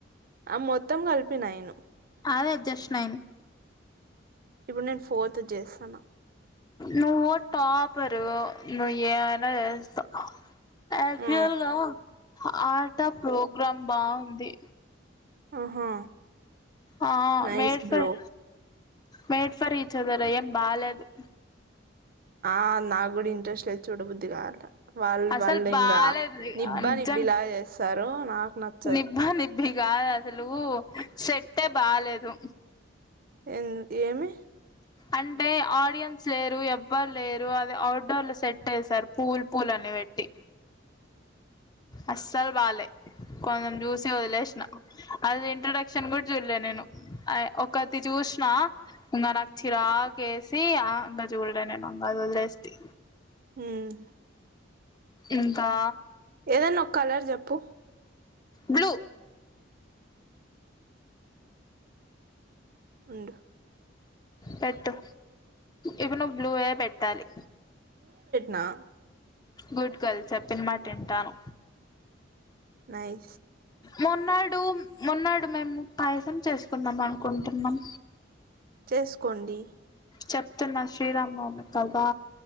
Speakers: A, on the right; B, on the left.
A: ఆ మొత్తం కలిపి నైను
B: అదే అడ్జెస్ట్ అైన్
A: ఇప్పుడు నేను ఫోర్త్ చేస్తనా
B: నువ్వుో టాపరు నువు ఏమైనా చేస్తావ్ ఎక్చుల్గా
A: ఆ
B: ఆట ప్రోగ్రామ్ బాగుంది
A: ఆహా
B: ఆ
A: nice
B: made for
A: bro
B: made for each other ఏం బాలేదు
A: ఆ నాకు కుడా ఇంట్రెస్ట్ లేదు చూడ బుద్ధి కాలే వాళ్ళు
B: అసలు
A: వాళ్ళు
B: బాలేదు
A: ఇంకా నిబ్బ
B: నిజం
A: నిబ్బిలా చేస్తారు నాకు నచ్చదు
B: నిబ్బా నిబ్బి కాదు అసలు సెట్టె బాలేేదు
A: ఎం ఏమి
B: అంటే ఆడియన్స్ లేరు ఎవ్వరు లేరు అది అఔట్డోర్ లో సెట్ వసారు పూలు పూల అని పెట్టి అస్సలు బాలేే కొంచెం చూసి వదిలేసినా అది ఇంట్రొడక్షన్ కూడా చూడలే నేను ఆ ఒకటి చూసిన నుమార ఆకేసి ఆ అంగజు ఉల్డ నేన్ ఇంగ వదిలెస్టి
A: హమ్
B: ఇంకా
A: ఏదన్నా ఒక కలర్ చెప్పు
B: బ్లూ
A: ఉండు
B: పెట్టు ఇవి ను్ బ్లూయే పెట్టాలి
A: నా
B: గుడ్ గర్ల్ చెప్పిన మాట వింటాను
A: నై
B: మొన్నాడు మొన్నాడు మేము పాయసం చేసుకుందాం అనుకుంటున్నాం
A: చేసుకోండి
B: చెప్తున్నా శ్రీరామ్ నవమి కదా